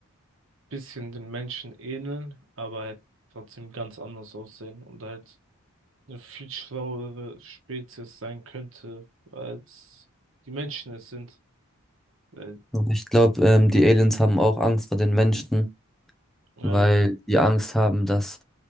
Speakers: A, on the right; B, in the centre.
A: bisschen den Menschen ähneln, aber halt trotzdem ganz anders aussehen und halt eine viel schlauere Spezies sein könnte, als die Menschen es sind. Weil,
B: Und ich glaube, ähm, die Aliens haben auch Angst vor den Menschen,
A: ja,
B: weil
A: nat-
B: die Angst haben, dass